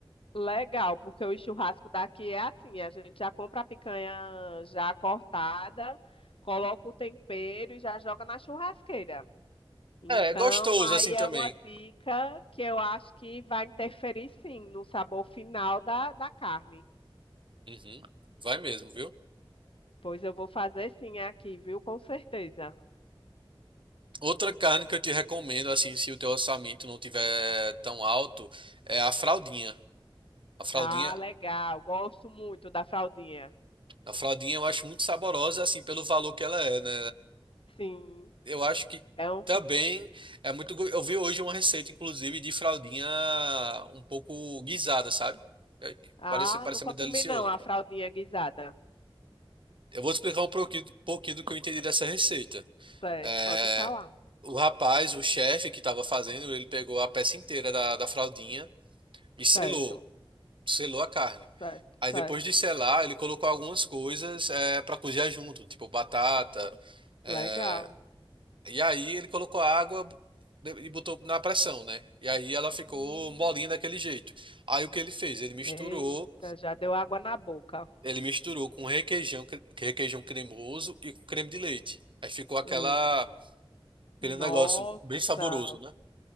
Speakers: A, on the left (about 70°); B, on the right (about 60°).
A: Legal, porque o churrasco daqui é assim, a gente já compra a picanha já cortada, coloca o tempero e já joga na churrasqueira. Então,
B: É, é gostoso
A: aí
B: assim
A: é
B: também.
A: uma dica que eu acho que vai interferir sim no sabor final da, da carne.
B: Uhum. Vai mesmo, viu?
A: Pois eu vou fazer sim aqui, viu? Com certeza.
B: Outra carne que eu te recomendo assim, se o teu orçamento não tiver tão alto, é a fraldinha. A fraldinha,
A: Ah, legal. Gosto muito da fraldinha.
B: a fraldinha eu acho muito saborosa assim pelo valor que ela é, né?
A: Sim.
B: Eu acho que
A: É um...
B: também é muito. go- Eu vi hoje uma receita, inclusive, de fraldinha um pouco guisada, sabe? É,
A: Ah,
B: Parece, parece
A: nunca
B: muito
A: comi
B: delicioso.
A: não a fraldinha guisada.
B: Eu vou te explicar um pouquinho, pouquinho do que eu entendi dessa receita.
A: Certo,
B: É,
A: pode falar.
B: o rapaz, o chefe que estava fazendo, ele pegou a peça inteira da, da fraldinha e selou,
A: Certo.
B: selou a carne.
A: Certo,
B: Aí
A: certo.
B: depois de selar, ele colocou algumas coisas para cozinhar junto, tipo batata, é,
A: Legal.
B: E aí ele colocou a água e botou na pressão, né? E aí ela ficou
A: Hum,
B: molinha daquele jeito. Aí o que ele fez? Ele misturou,
A: eita, já deu água na boca.
B: ele misturou com requeijão, cre- requeijão cremoso e com creme de leite. Aí ficou aquela,
A: Hum,
B: aquele
A: nossa,
B: negócio bem saboroso, né?